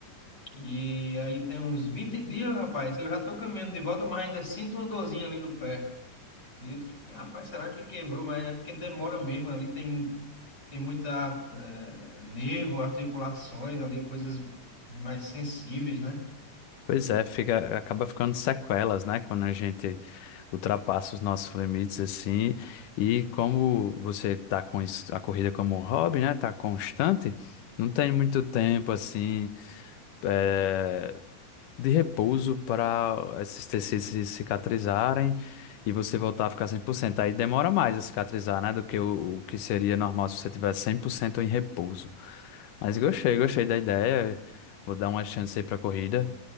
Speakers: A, on the left; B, on the left.
A: E aí tem uns 20 dias, rapaz, eu já tô caminhando de volta, mas ainda sinto uma dorzinha ali no pé. E eu, rapaz, será que quebrou? Mas é porque demora mesmo, ali tem, tem muita eh, nervo, articulações ali, coisas mais sensíveis, né?
B: Pois é, fica, acaba ficando sequelas, né? Quando a gente ultrapassa os nossos limites, assim. E como você tá com isso- a corrida como um hobby, né? Tá constante, não tem muito tempo, assim é, de repouso para esses tecidos se cicatrizarem e você voltar a ficar 100%. Aí demora mais a cicatrizar, né, do que o, o que seria normal se você tivesse 100% em repouso. Mas gostei, gostei da ideia. Vou dar uma chance aí para corrida.